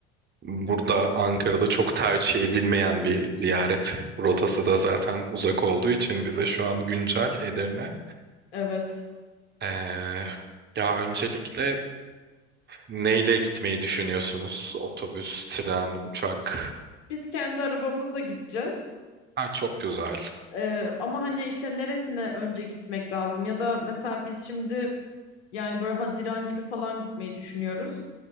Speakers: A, on the right; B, on the left.
A: burada Ankara'da çok tercih edilmeyen bir ziyaret rotası da zaten uzak olduğu için bize şu an güncel Edirne.
B: evet.
A: Ee, ya öncelikle neyle gitmeyi düşünüyorsunuz? Otobüs, tren, uçak.
B: Biz kendi arabamızla gideceğiz.
A: Ha, çok güzel.
B: Ee, ama hani işte neresine önce gitmek lazım? Ya da mesela biz şimdi yani böyle Haziran gibi falan gitmeyi düşünüyoruz.